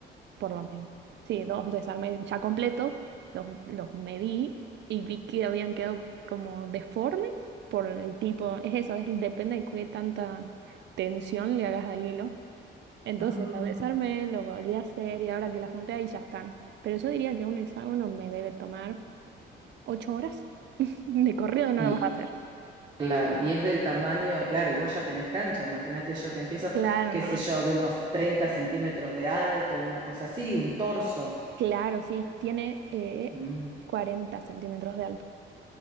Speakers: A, on the right (about 65°); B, on the right (about 25°).
A: por lo menos. Sí, dos desarmes ya completos, los, los medí y vi que habían quedado como deformes por el tipo, es eso, es, depende de qué tanta tensión le hagas al hilo. Entonces
B: Ah,
A: lo desarmé, lo volví a hacer y ahora que la junté ahí ya están. Pero yo diría que un hexágono me debe tomar ocho horas. <laughs> De corrido no
B: y
A: lo vas a hacer.
B: claro, y es del tamaño, claro, y vos ya tenés cancha, imagínate yo que empiezo,
A: Claro,
B: qué
A: no.
B: sé yo, de unos 30 centímetros de alto, una cosa así, un torso.
A: Claro, sí. Tiene eh,
B: Mm,
A: 40 centímetros de alto.